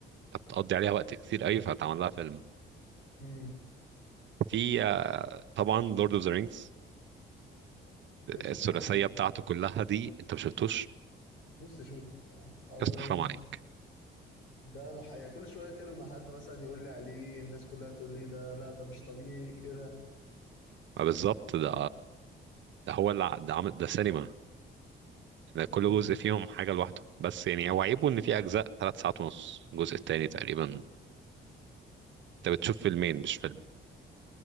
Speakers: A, on the right; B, on the left.
A: بتقضي عليها وقت كتير قوي فهتعمل لها فيلم
B: مم.
A: في آه، طبعا لورد اوف ذا رينجز
B: نفسي
A: الثلاثية
B: اشوفه
A: بتاعته كلها دي انت ما شفتوش
B: نفسي اشوفه بصراحة او
A: بس
B: يعني
A: حرام عليك
B: ده بح- يعني كل شوية اتكلم مع حد مثلا يقول لي عليه الناس كلها تقول لي ده لا ده مش طبيعي كده
A: ما بالظبط ده ده هو اللي ع- ده عمل ده سينما ده كل
B: مم.
A: جزء فيهم حاجة لوحده بس يعني هو عيبه ان في أجزاء ثلاث ساعات ونص الجزء التاني تقريبا انت بتشوف فيلمين مش فيلم